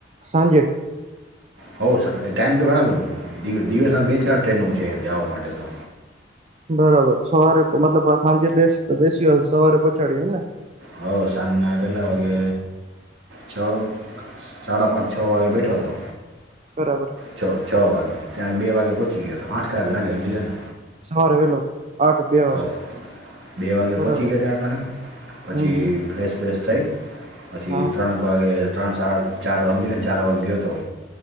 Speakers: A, on the right; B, on the right.
A: સાંજે
B: હા, ટાઈમ તો ઘણા બધા દિવસ બે-ચાર ટ્રેનો છે, એમ જવા માટે તો.
A: બરાબર, સવારે મતલબ સાંજે તો બેસ્યો સવારે પહોચાડી એમને.
B: હા, સાંજના કેટલા વાગે છ, સાડા પાંચ-છ વાગે બેઠો હતો.
A: બરાબર
B: છ છ વાગે ત્યાં બે વાગે પોહોંચી ગયો હતો આઠ કલાક લાગે સમજી લે ને
A: સવારે વેલો આઠ બે વાગે
B: હા, બે વાગે
A: બરાબર
B: પહોચી ગયા ત્યાં <unintelligible> પછી
A: હમ હમ
B: ફ્રેશ-બેસ થઈ પછી
A: હા
B: ત્રણેક વાગે ત્રણ-સાડા ચાર હમજીને ચાર વાગે ગયો હતો.